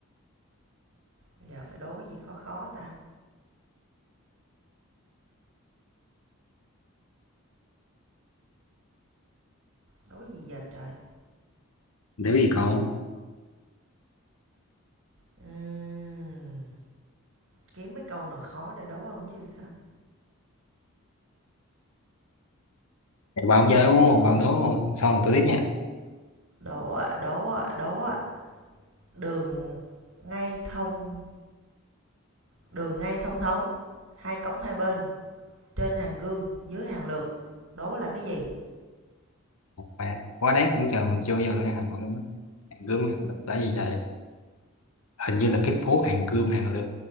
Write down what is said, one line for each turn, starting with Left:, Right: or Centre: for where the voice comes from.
Right: giờ phải đố cái gì khó khó ta? Đố gì giờ trời?
Left: Nếu gì cậu
Right: Ừm, kiếm mấy câu nào khó để đố ông chứ sao?
Left: Thì bạn chơi đúng không? Bạn đố luôn. Xong rồi tôi tiếp nha.
Right: Đố ạ, đố ạ, đố ạ. Đường ngay thông, đường ngay thông thống, hai cống hai bên, trên hàng gương, dưới hàng lược. Đố là cái gì?
Left: Mẹ, quá đáng cũng chờ mình chưa bao giờ nghe Hà Nội luôn á. Hàng gươm hàng lược tại vì vậy. Hình như là cái phố hàng gươm hàng lược.